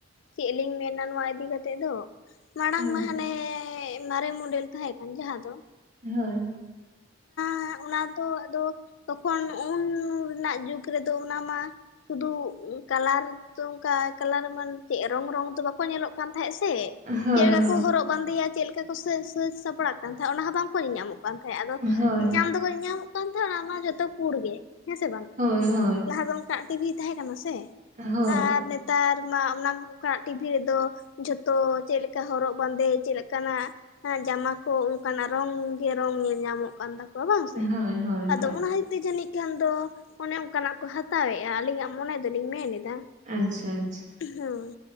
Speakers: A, on the left; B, on the right.
A: ᱪᱮᱫ ᱞᱤᱧ ᱢᱮᱱᱟ ᱱᱚᱣᱟ ᱤᱫᱤ ᱠᱟᱛᱮᱜ ᱫᱚ, ᱢᱟᱲᱟᱝ
B: ᱦᱳᱭ
A: ᱢᱟ ᱦᱟᱱᱮ ᱢᱟᱨᱮ ᱢᱚᱰᱮᱞ ᱛᱟᱦᱮᱸ ᱠᱟᱱ ᱡᱟᱦᱟᱸ ᱫᱚ
B: ᱦᱳᱭ ᱦᱳᱭ᱾
A: ᱦᱟᱸ ᱚᱱᱟ ᱫᱚ ᱟᱫᱚ ᱛᱚᱠᱷᱚᱱ ᱩᱱ ᱨᱮᱱᱟᱜ ᱡᱩᱜᱽ ᱨᱮᱫᱚ ᱚᱱᱟ ᱢᱟ ᱥᱩᱫᱩ ᱠᱟᱹᱞᱟᱨ ᱛᱚ ᱚᱱᱠᱟ ᱠᱟᱹᱞᱟᱨ ᱢᱟᱱ ᱪᱮᱫ ᱨᱚᱝ ᱨᱚᱝ ᱫᱚ ᱵᱟᱠᱚ ᱧᱮᱞᱚᱜ ᱠᱟᱱ ᱛᱟᱦᱮᱸᱫ ᱥᱮ,
B: ᱦᱳᱭ ᱦᱳᱭ
A: ᱪᱮᱫ ᱞᱮᱠᱟ
B: ᱦᱳᱭ
A: ᱠᱚ ᱦᱚᱨᱚᱜ ᱵᱟᱸᱫᱮᱭᱟ ᱪᱮᱫ ᱞᱮᱠᱟ ᱠᱚ ᱥᱟᱹᱡ ᱥᱟᱹᱡ ᱥᱟᱯᱲᱟᱜ ᱠᱟᱱ ᱛᱟᱦᱮᱸᱫ ᱚᱱᱟ ᱦᱚᱸ ᱵᱟᱝᱠᱚ ᱧᱮᱞ ᱧᱟᱢᱚᱜᱟ, ᱦᱮᱸ ᱟᱫᱚ
B: ᱦᱳᱭ
A: ᱧᱤᱧᱟᱢ
B: ᱦᱳᱭ
A: ᱫᱚᱠᱚ ᱧᱤᱧᱟᱢ ᱢᱚᱜ ᱠᱟᱱ ᱛᱟᱦᱮᱸᱱᱟ ᱚᱱᱟ ᱢᱟ ᱡᱷᱚᱛᱚ ᱯᱩᱲ ᱜᱮ᱾ ᱦᱮᱸ ᱥᱮ ᱵᱟᱝ
B: ᱦᱳᱭ ᱦᱳᱭ
A: ᱞᱟᱦᱟ ᱫᱚ ᱚᱱᱠᱟ ᱴᱤᱵᱷᱤ ᱛᱟᱦᱮᱸ ᱠᱟᱱᱟ ᱥᱮ᱾
B: ᱦᱳᱭ᱾
A: ᱟᱨ ᱱᱮᱛᱟᱨ ᱢᱟ ᱚᱱᱟ ᱚᱱᱠᱟᱱᱟᱜ ᱴᱤᱵᱷᱤ ᱨᱮᱫᱚ ᱡᱷᱚᱛᱚ ᱪᱮᱫ ᱞᱮᱠᱟ ᱦᱚᱨᱚᱜ ᱵᱟᱸᱫᱮ ᱪᱮᱫ ᱞᱮᱠᱟ ᱱᱟᱜ-ᱼ ᱡᱟᱢᱟ ᱠᱚ ᱚᱱᱠᱟᱱᱟᱜ ᱨᱚᱝ ᱜᱮ ᱨᱚᱝ ᱧᱮᱞ ᱧᱟᱢᱚᱜ ᱠᱟᱱ ᱛᱟᱠᱚᱣᱟ ᱵᱟᱝ ᱥᱮ
B: ᱦᱳᱭ
A: ᱟᱫᱚ
B: ᱦᱳᱭ
A: ᱚᱱᱟ ᱦᱟᱛᱤᱡ ᱛᱮ ᱡᱟᱹᱱᱤᱡ ᱮᱠᱷᱟᱱ ᱫᱚ ᱚᱱᱮ ᱚᱱᱠᱟᱱᱟᱜ ᱠᱚ ᱦᱟᱛᱟᱣᱮᱫᱼᱟ ᱟᱹᱞᱤᱧᱟᱜ ᱢᱚᱱᱮ ᱫᱚᱞᱤᱧ ᱢᱮᱱ ᱮᱫᱟ᱾
B: ᱟᱪᱪᱷᱟ ᱟᱪᱪᱷᱟ᱾
A: ᱦᱳᱭ